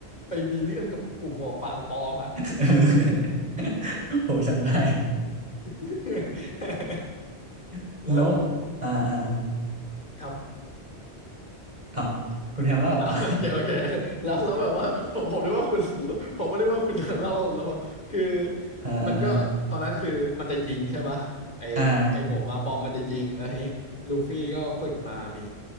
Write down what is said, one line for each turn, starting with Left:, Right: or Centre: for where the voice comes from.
Left: ไปมีเรื่องกับกลุ่มหมวกฟางปลอมอ่ะ
Right: <laughs> เออผมจำได้
Left: <laughs>
Right: <laughs>
Left: แล้ว
Right: แล้วอ่าอ่า
Left: ครับ
Right: เอ้าคุณแฮมเล่าอ่ะ
Left: ออาโอเคโอเค
Right: <laughs>
Left: แล้วแล้วแบบว่าผมผมนึกว่าคุณผมก็นึกว่าคุณจะเล่าแล้วว่าคือ
Right: อ่าอ่า
Left: มันก็ตอนนั้นคือมันจะยิงใช่ปะไอไอหมวกวางปอมมันจะยิงแล้วทีนี้ลูฟี่ก็ฝึกมามี
Right: อ่าอ่า